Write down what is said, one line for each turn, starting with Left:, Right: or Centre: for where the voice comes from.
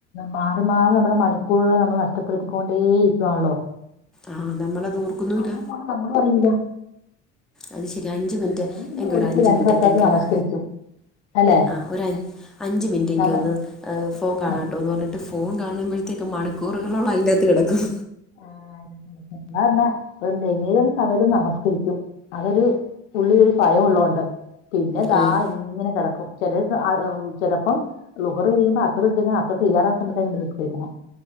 Left: മാറി മാറി നമ്മുടെ മണിക്കൂഴുകൾ നമ്മൾ നഷ്ടപ്പെടുത്തിക്കൊണ്ടേ ഇരിക്കുവാണല്ലോ
Centre: ആഹ് നമ്മളത് ഓർക്കുന്നുമില്ല
Left: സമയം പോണേ നമ്മളും അറിയില്ല
Centre: അത് ശരി അഞ്ച് മിനിറ്റ്
Left: എങ്ങനെയും
Centre: എന്ക്ക്
Left: ഓടിപ്പോയി
Centre: ഒരു അഞ്ചു
Left: രണ്ട്
Centre: മിനിറ്റത്തേക്ക്
Left: റക്കഅത്ത് നമസ്കരിക്കും
Centre: താ
Left: അല്ലെ
Centre: ആ ഒര അഞ്ച് മിനിറ്റെങ്കി
Left: നമ്മ
Centre: ഒന്ന് അഹ് ഫോൺ കാണാട്ടോ
Left: ആ
Centre: ന്ന് പറഞ്ഞിട്ട് ഫോൺ കാണുമ്പോഴത്തേക്കും മണിക്കൂറുകളോളം അതിൻ്റകത്ത് കിടക്കും
Left: <unintelligible> സമയത്ത് നമസ്കരിക്കും അതൊരു ഉള്ളിലൊരു ഭയം ഉള്ളോണ്ട് പിന്നെ ദാ
Centre: ആഹ്
Left: ഇങ്ങനെ കെടക്കും ചില അഹ് ഏഹ് ചെലപ്പം ളുഹ്റ് കയ്യുമ്പൊ അസറ് <unintelligible> നമസ്കരിക്കണം